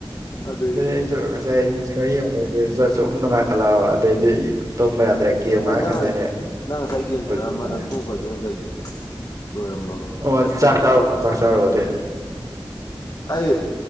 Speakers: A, on the left; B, on the right.
A: ꯑꯗꯒꯤ
B: ꯑꯗꯨꯅꯦ ꯑꯩꯖꯨ ꯉꯁꯥꯏ ꯔꯤꯁ ꯈꯔꯥ ꯌꯦꯡꯕ ꯔꯤꯁꯇꯨ ꯁꯨꯝ ꯅꯨꯡꯉꯥꯏꯈꯠꯂꯛꯑꯕ ꯗꯩꯗꯤ ꯇꯨꯝꯕ ꯌꯥꯗ꯭ꯔꯦ ꯒꯦꯝ ꯉꯥꯏꯍꯥꯛ
A: ꯀꯩ ꯅꯪ
B: ꯁꯥꯟꯅꯔꯦ
A: ꯅꯪ
B: ꯑꯗꯨꯝ
A: ꯉꯁꯥꯏ ꯒꯦꯝ
B: ꯍꯧꯖꯤꯛꯅ
A: ꯁꯥꯟꯅꯔꯝꯕ ꯅꯪ ꯇꯣꯈꯩꯗꯨꯅ ꯅꯪ ꯀꯩ ꯕꯤꯠꯇ ꯂꯣꯏꯔꯝꯃꯒ
B: ꯑꯣ ꯆꯥꯛ ꯆꯥꯔꯨꯕ ꯆꯥꯛ ꯆꯥꯔꯨꯕ ꯑꯗꯨꯏ
A: ꯑꯩ